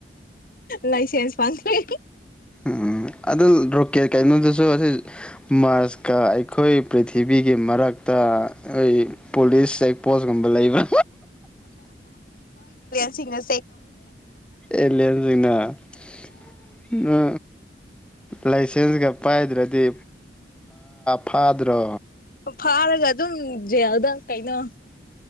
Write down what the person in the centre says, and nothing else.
ꯎꯝ ꯑꯗꯨ ꯔꯣꯀꯦꯠ ꯀꯩꯅꯣꯗꯨꯁꯨ ꯑꯁꯤ ꯃꯥꯔꯁꯀ ꯑꯩꯈꯣꯏ ꯄ꯭ꯔꯤꯊꯤꯕꯤꯒꯤ ꯃꯔꯛꯇ ꯑꯩ ꯄꯨꯂꯤꯁ ꯄꯣꯁꯀꯨꯝꯕ ꯂꯩꯕ꯭ꯔ
ꯑꯦꯂꯅꯖꯤꯡꯅꯥ ꯂꯥꯏꯁꯦꯟꯁꯀ ꯄꯥꯏꯗ꯭ꯔꯗꯤ ꯐꯥꯗ꯭ꯔꯣ